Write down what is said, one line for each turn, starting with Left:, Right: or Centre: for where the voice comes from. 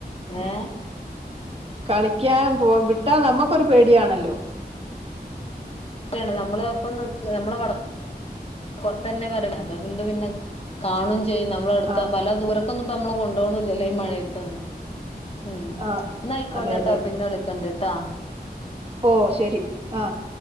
Right: ഉം
Left: ഏഹ്
Right: കളിക്കാൻ പോ വിട്ടാ നമ്മക്കൊരു പേടിയാണല്ലോ?
Left: ക്കാണ് നമ്മള് ഒപ്പം നിക്ക് നമ്മള് വ പൊർത്തന്നെ പറിം അതുകൊണ്ട് പിന്നെ അത് കാണും ചെയ്യും ന മ്മളെട്ത്താവുമ്പം
Right: ആ
Left: അല്ലാ ദൂരൊക്കൊന്നും അമ്മള് കൊണ്ടോണ്ല്ലല്ലോ ഈ മഴയത്തൊന്ന് ഉം
Right: ആ
Left: ഇന്നാ അയിക്കോട്ടെട്ടോ
Right: അതെ അതെ
Left: പിന്നെ വിളിക്കണ്ട്ട്ടോ?
Right: ഓഹ് ശരി ആഹ്